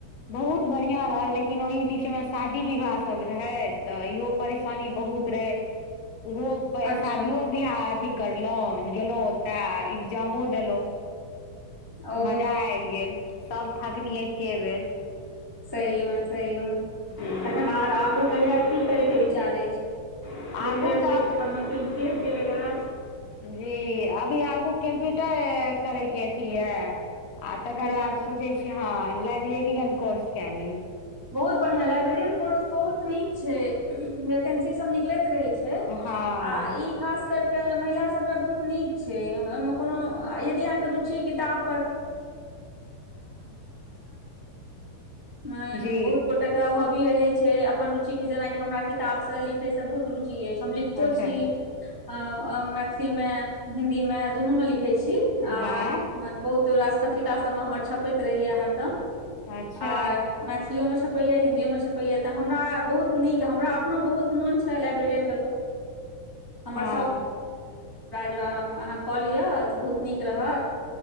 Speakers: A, on the left; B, on the right.
A: बहुत बढ़िआँ रहल। लेकिन ओहि बीचमे शादी विवाह सब रहै तऽ इहो परेशानी सब बहुत रहै ओ
B: अच्छा
A: शादियो बियाह अथी करलहु गेलहु ओतऽ इग्जामो देलहुँ।
B: ओ
A: मजा आबि गेल सभ थकनी एके बेर।
B: सही मे सही मे
A: जी
B: तखन आगू कहि आ कि करै के विचार अछि। लेक्चररशप
A: आगू तऽ आब
B: पीसी वगैरह
A: जी अभी आगू कम्प्यूटर करैके अथी या आ तकर
B: विचार
A: बाद
B: अछि
A: सोचैत छी। हँ लाइब्रेरियन कोर्स कए ल
B: बहुत बढ़िया लाइब्रेरी कोर्स बहुत नीक छै। वैकेंसी सभ निकलैत रहे छै।
A: हँ
B: आई खास करा के महिलास सभ बहुत नीक छै। ओहिमे कोनो यदि अहाँकेँ रुचि किताब <unintelligible>
A: जी
B: बहुत गोटे के हबी रहे छै। अपन रुचि के जेनाकि हमरा किताब से लिखे से बहुत रुचि अछि हम लिखितो
A: अच्छा
B: छी। मैथिली मे हिन्दी मे दुनू मे लिखे छी आ
A: वाह
B: बहुत राज पत्रिका सब छप रहे या हारदम
A: अच्छा
B: आ मे ह मे छपैया हिन्दीमे छपैया। तऽ हमरा बहुत नीक हमरा अपनो बहुत मोन छल। को हम हमाँ
A: हँ
B: लऽ बहुत नीक ग्रहकऽ